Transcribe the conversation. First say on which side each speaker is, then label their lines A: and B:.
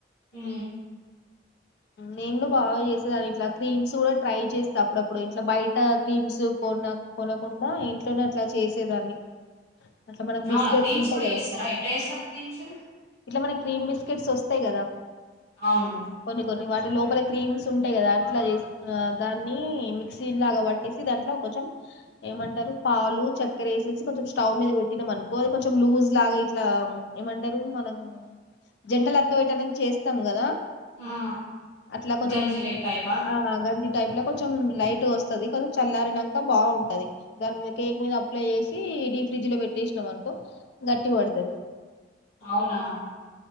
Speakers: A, on the left; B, on the left.
A: ఆ
B: నేను బాగా చేసేదాన్ని ఇట్లా క్రీమ్స్ కూడా ట్రై చేస్తా అప్పుడప్పుడు ఇట్లా బయట క్రీమ్స్ కొన కొనకుండా ఇంట్లోనే అట్లా చేసేదాన్ని అట్లా మనకు
A: అవునా
B: బిస్కెట్స్
A: క్రీమ్స్
B: ఉంటాయి
A: కూడా
B: కదా
A: వస్తారా ఎట్లా వస్తారు క్రీమ్స్
B: ఇట్లా మన క్రీమ్ బిస్కెట్స్ వస్తాయి కదా
A: అవును
B: కొన్ని కొన్ని వాటి లోపల క్రీమ్స్ ఉంటాయి కదా అట్ల చేసిన దాన్ని మిక్సీ లాగా పట్టేసి దాంట్లో కొంచం ఏమంటారు పాలు చక్కెర వేసేసి కొంచం స్టవ్ మీద పెట్టినా అనుకో కొంచం లూజ లాగా ఇట్లా ఏమంటారు మనం జండల్ అత్కపెట్టనికి చేస్తం కదా
A: ఆ
B: అట్లా కొంచం
A: గంజి లేక్ టైపా
B: ఆ గంజి టైప్ల కొంచం లైట్ టు వస్తది కొంచం చల్లారినక బాగుంటది దాని మీద కేక్ మీద అప్లై చేసి డీ ఫ్రిడ్జ్ లో పెట్టేసినాం అనుకో గట్టి పడతది
A: అవునా